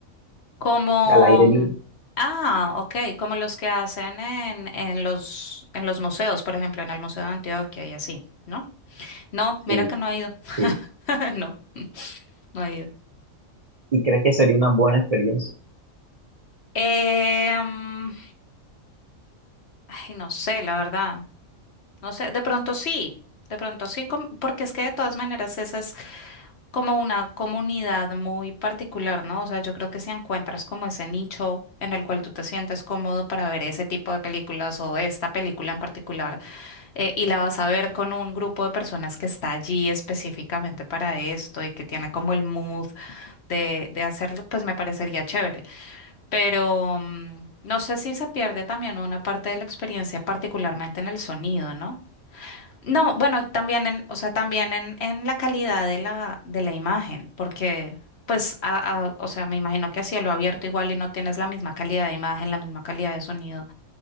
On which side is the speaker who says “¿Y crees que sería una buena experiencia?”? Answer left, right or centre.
Right